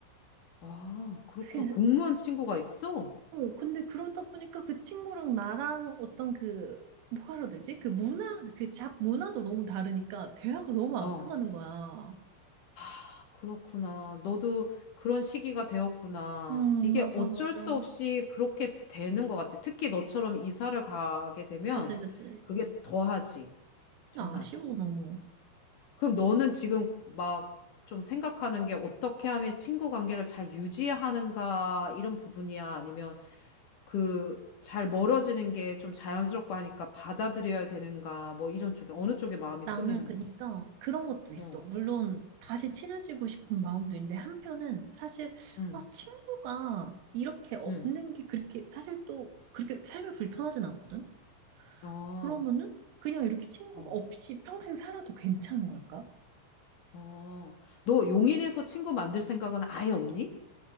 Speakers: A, on the left; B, on the right.
A: 아, 그렇구나.
B: 그게
A: 공무원 친구가 있어?
B: 어 근데 그러다 보니까 그 친구랑 나랑 어떤 그 뭐라 해야 되지? 그 문화 그 잡 문화도 너무 다르니까 대화가 너무 안
A: 어,
B: 통하는 거야.
A: 아, 그렇구나. 너도 그런 시기가 되었구나.
B: 음
A: 이게
B: 맞아
A: 어쩔
B: 맞아.
A: 수 없이 그렇게 되는 것 같아. 특히 너처럼 이사를 가게 되면
B: 그지 그지.
A: 그게 더하지. 정말.
B: 나 아쉬워 너무.
A: 그럼 너는 지금 막 좀 생각하는 게 어떻게 하면 친구 관계를 잘 유지하는가 이런 부분이야? 아니면 그 잘 멀어지는 게 좀 자연스럽고 하니까 받아들여야 되는가 뭐 이런 쪽에 어느 쪽에 마음이
B: 나는
A: 쏠리는
B: 그니까
A: 거야.
B: 그런 것도 있어.
A: 어,
B: 물론 다시 친해지고 싶은 마음도 있는데 한편은 사실
A: 응,
B: 아, 친구가 이렇게 없는
A: 응,
B: 게 그렇게 사실 또 그렇게 삶이 불편하진 않거든.
A: 어,
B: 그러면은 그냥 이렇게 친구가
A: 어,
B: 없이 평생 살아도 괜찮은 걸까?
A: 어. 너 용인에서 친구 만들 생각은 아예 없니?